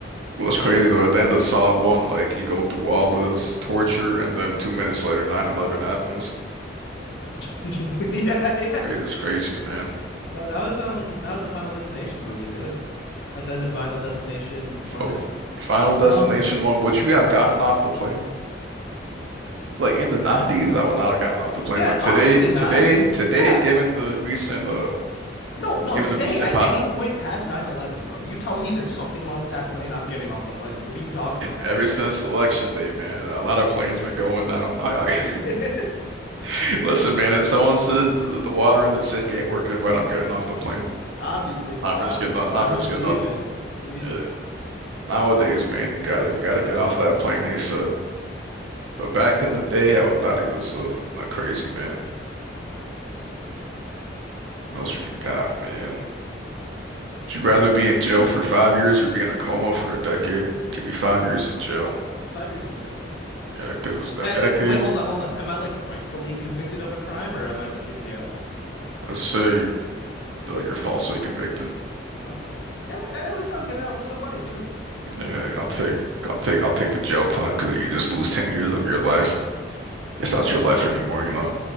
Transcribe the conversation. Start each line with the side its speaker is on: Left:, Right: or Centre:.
Right: What's crazy though, at the end of Saw 1, like you go through all this torture and then two minutes later, 911 happens.
Left: <laughs> Yeah, yeah.
Right: It is crazy, man.
Left: No, that was um that was a Final Destination movie too. At the end of Final Destination one
Right: Oh,
Left: of the
Right: Final Destination
Left: No.
Right: 1, would you have gotten off the plane? Like in the 90s, I would not have gotten off the
Left: Yeah,
Right: plane, but today,
Left: obviously not.
Right: today, today,
Left: Yeah.
Right: given the recent, uh,
Left: No, no,
Right: given
Left: today
Right: the recent
Left: at
Right: po
Left: any point past nine eleven, bro, you tell me there's something wrong with that plane, I'm getting off the plane. Like, what are you talking about?
Right: Ever since election day, man, a lot of planes been going down. I, I
Left: <laughs>
Right: <laughs> listen, man. If someone says that the water in the sink ain't working right, I'm getting off the plane.
Left: Obviously, bro.
Right: Not
Left: Obviously,
Right: risking, not, not
Left: I'm
Right: risking
Left: just leaving.
Right: nothing.
Left: I'm just leaving.
Right: Yeah. Nowadays, man, you gotta you gotta get off that plane ASAP. But back in the day, I would have thought he was a, a crazy man.
Left: Interesting.
Right: What else we got, man? Would you rather be in jail for five years or be in a coma for a decade? Give me five years in jail.
Left: Five years in jail. Yeah.
Right: Yeah, because that
Left: Uh,
Right: decade,
Left: uh, wait, hold on, hold on. Am I like rightfully convicted of a crime, or am I just in jail?
Right: let's say uh, you're falsely convicted.
Left: Okay. And at least I'm getting out with some money too.
Right: Yeah, I'll take I'll take I'll take the jail time because you just lose 10 years of your life. It's not your life anymore, you know.